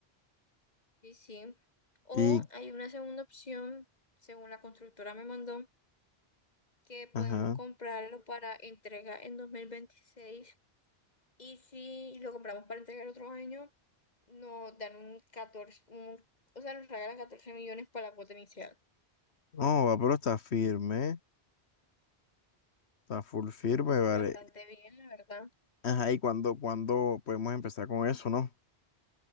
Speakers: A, on the left (about 40°); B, on the left (about 85°).
A: Sí, sí. O
B: Y,
A: hay una segunda opción, según la constructora me mandó, que
B: ajá.
A: podemos comprarlo para entrega en dos mil veintiséis Y si lo compramos para entregar otro año, nos dan un 14 un- o sea, nos regalan 14 millones para la cuota inicial.
B: No, va, pero está firme. Está full firme,
A: Sí,
B: vale.
A: bastante bien, la verdad.
B: Ajá, ¿y cuándo, cuándo podemos empezar con eso, no?